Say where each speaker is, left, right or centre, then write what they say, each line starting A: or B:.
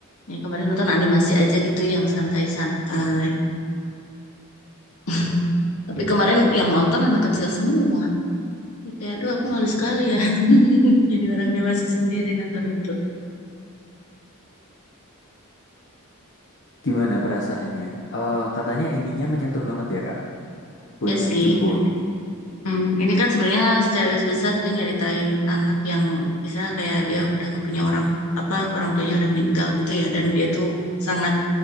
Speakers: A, on the left; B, on the left.
A: Ini kemarin nonton animasi aja gitu yang santai-santai. <laughs> Tapi kemarin yang nonton anak kecil semua. Kayak aduh aku malu sekali ya. <laughs> Jadi orang dewasa sendiri nonton itu.
B: Gimana perasaannya? Eee, katanya endingnya menyentuh banget ya, Kak, buat
A: Ya sih.
B: yang Jumbo ini?
A: Hmm, ini kan sebenarnya secara garis besar tuh nyeritain anak yang misalnya kayak dia udah nggak punya orang apa orang tuanya udah meninggal gitu ya dan dia tuh sangat